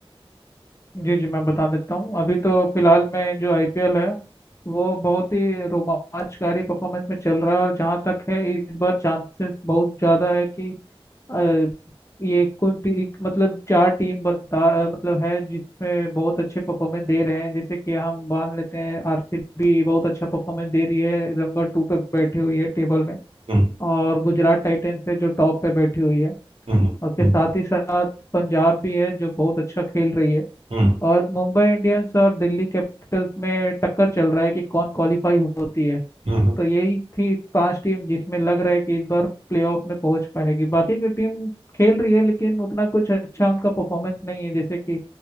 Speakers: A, on the left; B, on the right.
A: जी जी मैं बता देता हूँ अभी तो फिलहाल में जो आईपीएल है वो बहुत ही रोमांचकारी परफॉर्मेंस में चल रहा है और जहाँ तक है इस बार चांसेस बहुत ज़्यादा है कि अ, ये कुंती मतलब चार टीम बता मतलब है जिसमें बहुत अच्छे परफॉर्मेंस दे रहे हैं जैसे कि हम मान लेते हैं आरसीबी बहुत अच्छा परफॉर्मेंस दे रही है नंबर टू पे बैठी हुई है टेबल में
B: हम्म,
A: और गुजरात टाइटंस है जो टॉप पे बैठी हुई है
B: हम्म,
A: उसके
B: हम्म,
A: साथ ही साथ पंजाब भी है जो बहुत अच्छा खेल रही है
B: हम्म,
A: और मुंबई इंडियंस और दिल्ली कैपिटल्स में टक्कर चल रहा है कि कौन क्वालिफाई होती है
B: हम्म।
A: तो यही थी पांच टीम जिसमें लग रहा है कि इस बार प्लेऑफ में पहुंच पाएगी बाकी की टीम खेल रही है लेकिन उतना कुछ अच्छा उनका परफॉर्मेंस नहीं है जैसे कि